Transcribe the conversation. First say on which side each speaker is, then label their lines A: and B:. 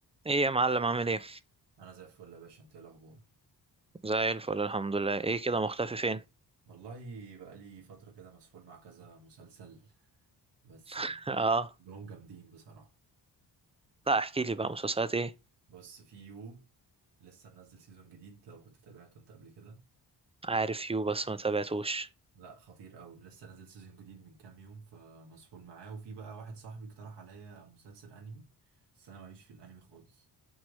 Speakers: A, on the right; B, on the right.
A: ايه يا معلم عامل ايه
B: انا زي الفل يا باشا انت ايه الاخبار
A: زي الفل الحمد لله ايه كده مختفي فين
B: والله بقى لي فتره كده مسحول مع كذا مسلسل بس
A: <laughs>
B: يعني
A: اه
B: كلهم جامدين بصراحه
A: لا احكي لي بقى مسلسلات ايه
B: بص في يو لسه منزل سيزون جديد لو كنت تابعته انت قبل كده
A: عارف يو بس ما تابعتوش
B: لا خطير قوي لسه نازل سيزون جديد من كام يوم فمسحول معاه وفي بقى واحد صاحبي اقترح عليا مسلسل انمي بس انا ماليش في الانمي خالص